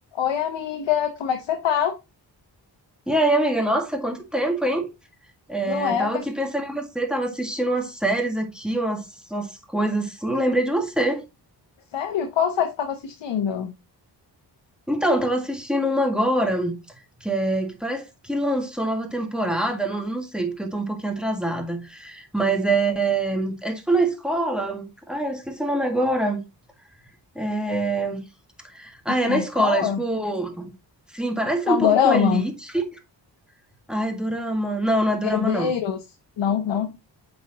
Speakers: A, on the left; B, in the centre.
A: Oi, amiga, como é que você tá?
B: E aí, amiga? Nossa, quanto tempo, hein? É,
A: Não é?
B: tava
A: Eu pensei,
B: aqui pensando em você, tava assistindo umas séries aqui, umas, umas coisas assim, lembrei de você.
A: Sério? Qual série você estava assistindo?
B: Então, tava assistindo uma agora, que, é, que parece que lançou nova temporada, não, não sei, porque eu tô um pouquinho atrasada. Mas é, é tipo na escola. Ai, eu esqueci o nome agora. É... Ah,
A: Tipo,
B: é
A: na
B: na escola,
A: escola?
B: é tipo. Sim, parece
A: É
B: um
A: um
B: pouco
A: dorama?
B: com Elite. Ai, Dorama. Não, não é Dorama,
A: Herdeiros?
B: não.
A: Não, não.